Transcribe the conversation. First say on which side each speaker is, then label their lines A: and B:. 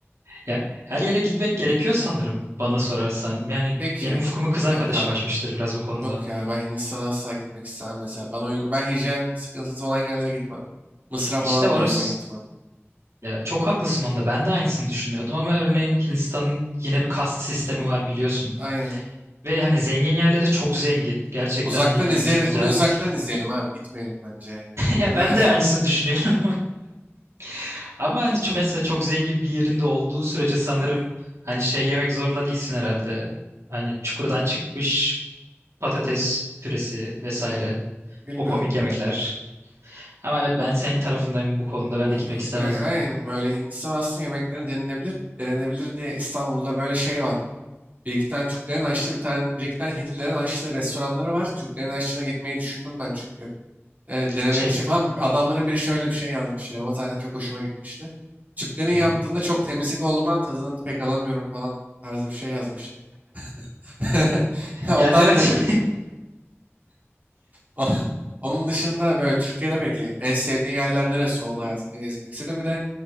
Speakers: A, on the right (about 75°); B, on the right (about 35°).
A: Ya her yere gitmek gerekiyor sanırım bana sorarsan.
B: Ha.
A: Yani
B: Peki.
A: benim ufkumu kız
B: Ha,
A: arkadaşım
B: Yok abi.
A: açmıştır biraz bu konuda.
B: Yok ya ben Hindistan'a asla gitmek istemem mesela. Bana uygun. Ben hijyen sıkıntısı olan yerlere gitmem. Mısır'a
A: İşte
B: falan
A: orası
B: da o yüzden gitmem.
A: ya çok haklısın onda. Ben de aynısını düşünüyordum ama örneğin Hindistan'ın yine bir kast sistemi var biliyorsun.
B: Aynen.
A: Ve hani zengin yerleri çok zengin. Gerçekten
B: Uzaktan
A: hani
B: izleyelim.
A: lüks güzel.
B: Bunu uzaktan
A: <laughs>
B: izleyelim abi. Gitmeyelim bence. ya. Gitmeden
A: Ya ben de aynısını düşünüyorum. <laughs> Ama hani ço- mesela çok zengin bir yerinde olduğu sürece sanırım hani şey yemek zorunda değilsin herhalde. Hani çukurdan çıkmış patates püresi vesaire.
B: <laughs> bilmiyorum
A: O komik
B: ya.
A: yemekler. Ama evet ben senin tarafındayım bu konuda. Ben
B: Ha,
A: de gitmek
B: yok,
A: istemezdim.
B: e, Aynen böyle Hindistan aslında yemeklerin denenebilir, denenebilir diye İstanbul'da böyle şey var. Bir iki tane Türklerin açtığı bir tane, bir iki tane Hintlilerin açtığı restoranları var. Türklerin açtığına gitmeyi düşündüm ben çünkü e, denemek
A: Şey
B: için falan. Adamların biri şöyle bir şey yazmış yoruma zaten çok hoşuma gitmişti. Türklerin yaptığında
A: Hı hı.
B: çok temizlik olduğundan tadını pek alamıyorum falan tarzı bir şey yazmıştı. <laughs>
A: yani
B: Ondan
A: evet.
B: dedi. O- Onun dışında böyle Türkiye'de peki en sevdiğin yerler neresi oldu hayatında gezmek istediğin? Bir de